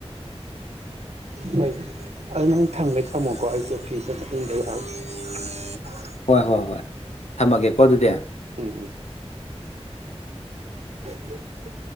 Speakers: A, on the right (about 80°); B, on the left (about 80°).
A: ꯍꯣꯏ ꯑꯗꯨ ꯅꯪ ꯊꯥꯡꯒ ꯊꯝꯃꯣꯀꯣ <unintelligible>
B: ꯍꯣꯏ ꯍꯣꯏ ꯍꯣꯏ ꯊꯝꯃꯒꯦꯀꯣ ꯑꯗꯨꯗꯤ
A: ꯎꯝ ꯎꯝ <unintelligible>